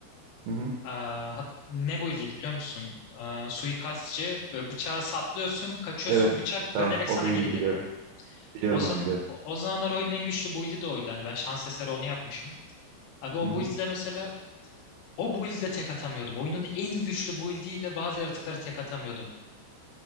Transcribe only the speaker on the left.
Aa, hat- ne build'iydi biliyor musun? Aa, suikastçı böyle bıçağı saplıyorsun, kaçıyorsun
bıçak
dönerek
sana
geri geliyor.
O, zam
o o zamanlar oyunun en güçlü build'i de oydu. Hani ben şans eseri onu yapmışım. Abi o
build'le mesela o build'le tek atamıyordum. Oyunun en güçlü build'iyle bazı yaratıkları tek atamıyordum.